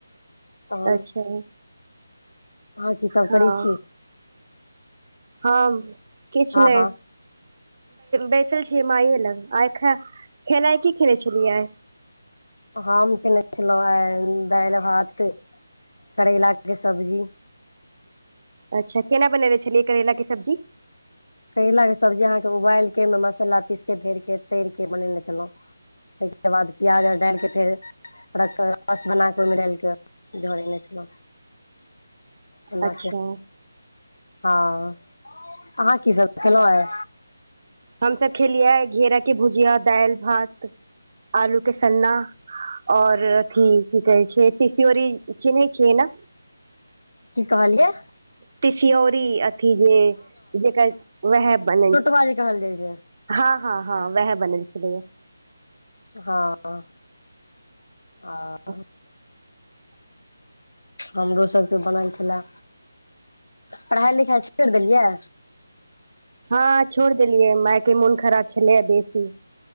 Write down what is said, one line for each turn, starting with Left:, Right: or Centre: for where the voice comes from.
Left: तहन
Right: अच्छा
Left: अहाँ की सब
Right: हँ
Left: करै छी?
Right: हम किछु
Left: हँ
Right: नहि।
Left: हँ
Right: बैसल छियै माइये लग आइ ख खेनाइ की खेने छलियै?
Left: हम खेने छलहुँ आइ दालि भात करैलाके सब्जी।
Right: अच्छा केना बनेने छलियै करैेला के सब्जी?
Left: करैलाके सब्जी अहाँके उबालि कऽ ओहिमे मसाला पीस के भरके तरि क बनेने छलहुँ। ताहिके बाद प्याज आर डालि कऽ फेर रस बना क ओहिमे डालि क झोरेने छलौं।
Right: <inaudible>
Left: ए
Right: अच्छा
Left: हँ अहाँ की सब देखलहु आय?
Right: हम त खेलियै घीरा की भुजिया दालि भात आलू के सन्ना ओर अथी की कहै छैय तिसीऔरी चिन्है छियै ने?
Left: की कहलियै?
Right: तिसिऔरी अथी जे जेकर वएह बनै
Left: कथी कहल जाइ छैय?
Right: हँ हँ हँ वैह बनेने छलीयैय।
Left: हँ ह
Right: <inaudible>
Left: हमरो सभके बनल छला पढ़ाइ लिखाइ छोरि देलियै?
Right: हँ छोड़ देलियै माय के मोन खराब छलैया बेसी।